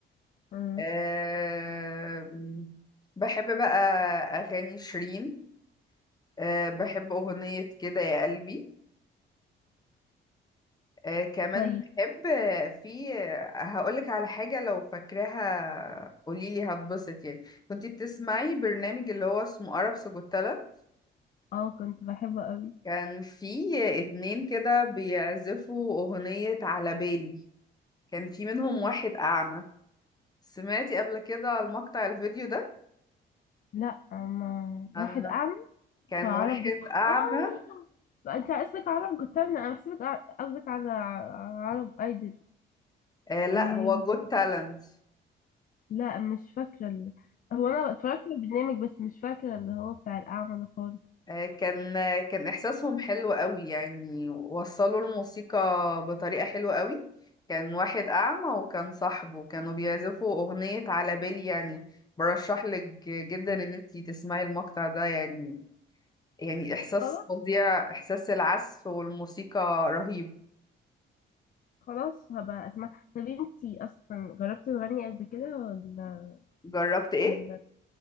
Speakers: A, on the left (about 45°); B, on the left (about 20°).
A: مم.
B: أه بحب بقى أغاني شيرين أه بحب أغنية كده يا قلبي آه، كمان
A: طيب
B: بحب آه، في آه، هقولك على حاجة لو فاكراها قوليلي هتبسط يعني كنتي بتسمعي برنامج اللي هو اسمه عرب سجوتالا
A: اه كنت بحبه قوي
B: كان في اتنين كده بيعزفوا أغنية على بالي كان في منهم واحد أعمى سمعتي قبل كده المقطع الفيديو ده
A: لا ما
B: عن
A: واحد اعمى
B: كان
A: فعرف
B: واحد
A: جت...
B: أعمى
A: اه انت قصدك عرب جوترنا انا بحسبك ع- قصدك على ع- عرب ايدل
B: آه لا
A: آه...
B: هو جود تالنت
A: لا مش فاكره ال... هو انا اتفرجت على البرنامج بس مش فاكره اللي هو بتاع الاعمى ده خالص
B: آه، كان آه، كان إحساسهم حلو قوي يعني وصلوا الموسيقى بطريقة حلوة قوي كان واحد أعمى وكان صاحبه كانوا بيعزفوا أغنية على بالي يعني برشح لك جدا
A: م.
B: إن انتي تسمعي المقطع ده يعني يعني إحساس
A: خلاص
B: فظيع إحساس العزف والموسيقى رهيب
A: خلاص هبقى اسمع طب انتي اصلا جربتي تغني قبل كده ولا
B: جربت إيه؟
A: ولا